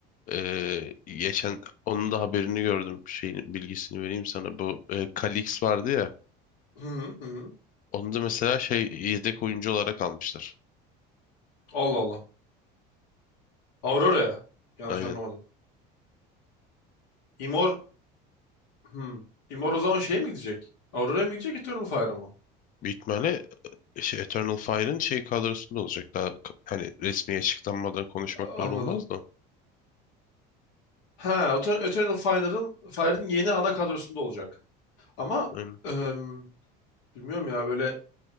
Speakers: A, on the left (about 40°); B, on the left (about 85°).
A: e, geçen onun da haberini gördüm şeyin bilgisini vereyim sana. Bu e, Kalix vardı ya.
B: Hı hı hı. hı.
A: Onu da mesela şey yedek oyuncu olarak almışlar.
B: Allah Allah. Aurora'ya. Yanlış
A: Aynen.
B: anlamadım. Imor... Hmm. Imor o zaman şeye mi gidecek? Aurora'ya mı gidecek Eternal Fire'a mı?
A: Büyük ihtimalle e, şey, Eternal Fire'ın şey kadrosunda olacak. Daha k- hani resmi açıklanmadan konuşmak
B: A- Anladım.
A: doğru olmaz da.
B: Ha, Etern- Eternal Fire'ın Fire'ın yeni ana kadrosunda olacak. Ama
A: Aynen.
B: em, bilmiyorum ya böyle